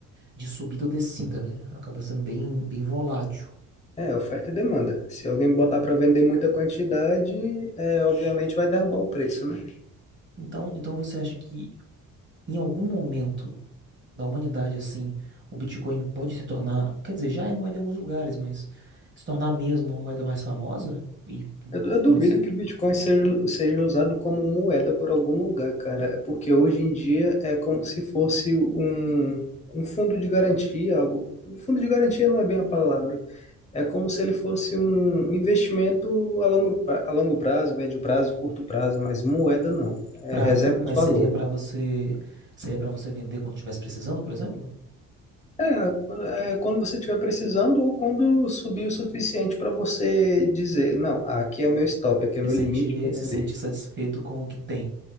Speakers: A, on the right; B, on the left.
A: de subida ou descida, né? Acaba sendo bem, bem volátil.
B: É, oferta e demanda. Se alguém botar para vender muita quantidade, é, obviamente vai derrubar o preço, né?
A: Então, então, você acha que em algum momento da humanidade, assim, o Bitcoin pode se tornar. Quer dizer, já é moeda em alguns lugares, mas se tornar mesmo uma moeda mais famosa? E
B: Eu, eu duvido
A: por isso.
B: que o Bitcoin seja, seja usado como moeda por algum lugar, cara. É Porque hoje em dia é como se fosse um, um fundo de garantia, algo. Um fundo de garantia não é bem a palavra. É como se ele fosse um investimento a longo, pra- a longo prazo, médio prazo, curto prazo, mas moeda não. É
A: Pra,
B: reserva
A: mas
B: de valor.
A: seria pra você. Seria para você vender quando estivesse precisando, por exemplo?
B: É, é quando você estiver precisando ou quando subir o suficiente para você dizer, não, aqui é o meu stop, aqui
A: Se
B: é o meu
A: sente,
B: limite, vou vender.
A: se sente satisfeito com o que tem.